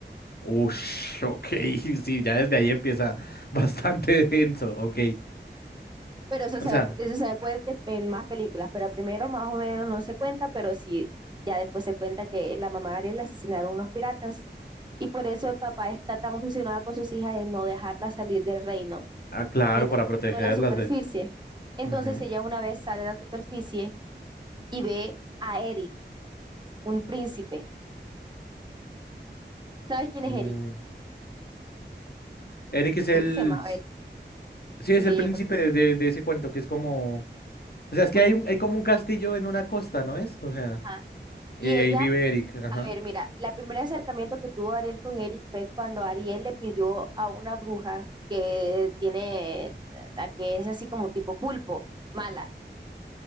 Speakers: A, on the left; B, on the right.
A: Ush, ok, <laughs> sí, ya desde ahí empieza <laughs> bastante denso, ok.
B: Pero eso
A: O
B: se
A: sea,
B: ve, eso se ve pues de- en más películas, pero primero más o menos no se cuenta, pero sí, ya después se cuenta que la mamá de Ariel la asesinaron unos piratas. Y por eso el papá está tan obsesionado con sus hijas de no dejarla salir del reino.
A: ah, claro,
B: ni tampoco
A: para protegerlas
B: de la superficie.
A: de...
B: Entonces
A: Ujú.
B: ella una vez sale a la superficie y ve a Eric, un príncipe. ¿Sabes quién es
A: mm.
B: Eric?
A: Eric es el...
B: Creo que se llamaba Eric.
A: Sí, es
B: Sí,
A: el príncipe
B: yo creo que
A: de, de- de ese cuento, que es como...
B: es
A: O sea, es
B: bonito.
A: que hay, un, hay como un castillo en una costa, ¿no es? O sea,
B: Ajá.
A: y
B: Y ella,
A: ahí vive Eric. Ajá.
B: a ver, mira, la primer acercamiento que tuvo Ariel con Eric fue cuando Ariel le pidió a una bruja que tiene, la que es así como tipo pulpo, mala,